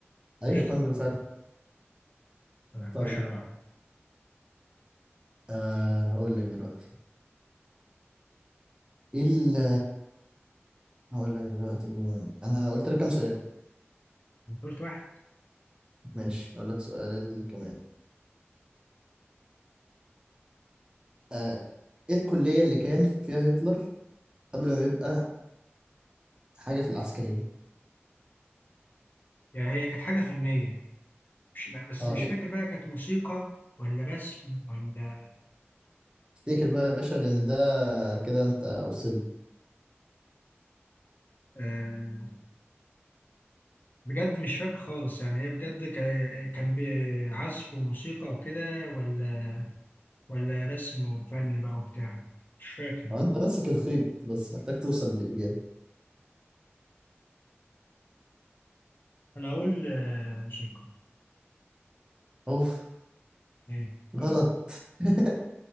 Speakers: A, on the right; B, on the left.
A: أيوه
B: قشطه
A: كانجرو فعلا
B: طيب،
A: طيب
B: خش على بعض
A: آه هقول لك دلوقتي إيه ال- هقول لك دلوقتي أنا قلت لك كام سؤال
B: قلت واحد
A: ماشي اقول لك سؤال كمان آه ايه الكلية اللي كان فيها هتلر قبل ما يبقى حاجة في العسكرية
B: يعني هي كانت حاجه فنيه مش بس
A: اه
B: مش
A: إيه؟
B: فاكر بقى كانت موسيقى ولا رسم ولا
A: افتكر بقى يا باشا لان ده كده انت وصلت
B: آه بجد مش فاكر خالص يعني هي بجد كا- كان بعزف وموسيقى وكده ولا ولا رسم وفن بقى وبتاع مش فاكر
A: آه، انت ماسك الخيط بس محتاج توصل للإجابة
B: انا هقول آه موسيقى
A: اوف
B: ايه غلط
A: غلط <laughs>